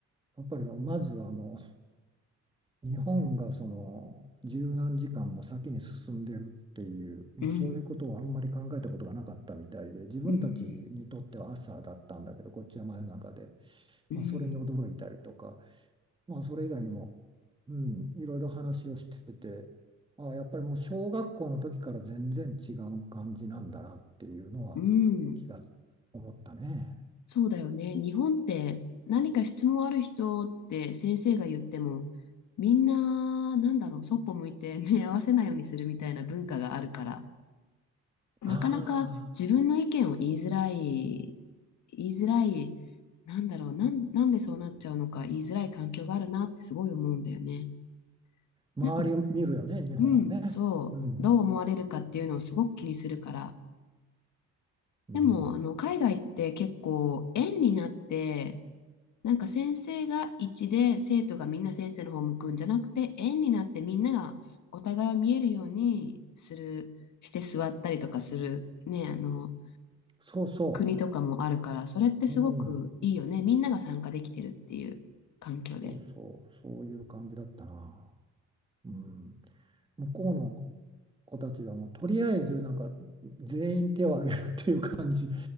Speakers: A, on the right; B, on the left.
A: やっぱりまずあの、日本がその十何時間も先に進んでるっていう、まあ、
B: うん、
A: そういうことをあんまり考えたことがなかったみたいで、自分たちにとっては朝だったんだけど、
B: うん、
A: こっちは真夜中で、
B: うん、
A: まあ、それに驚いたりとか、まあ、それ以外にも、うん、いろいろ話をしてて、ああ、やっぱりもう小学校の時から全然違う感じなんだなっていうのは気が
B: うん。
A: 思ったね。
B: そうだよね。日本って何か質問ある人って先生が言っても、みんな、なんだろう、そっぽ向いて <laughs> 目合わせないようにするみたいな文化があるから、なかなか自分の意見を言いづらい言いづらい、
A: あ
B: なんだろう、なん、なんでそうなっちゃうのか言いづらい環境があるなってすごい思うんだよね。
A: あ、
B: なんか、
A: 周りを見るよね、日本はね。
B: うん、そう、
A: うん、
B: どう思われるかっていうのをすごく気にするから。
A: うん、
B: でも、あの、海外って結構、円になって、なんか先生が一で生徒がみんな先生の方向くんじゃなくて、円になってみんながお互いを見えるようにする、して座ったりとかする、ね、あの、
A: そうそ
B: 国とかもあるから、それってすごくいいよね。
A: う、うん、
B: みんなが参加できてるっていう環境で。
A: そうそう、そういう感じだったな。うん向こうの子たちはもうとりあえずなんか全員手を挙げるっていう感じ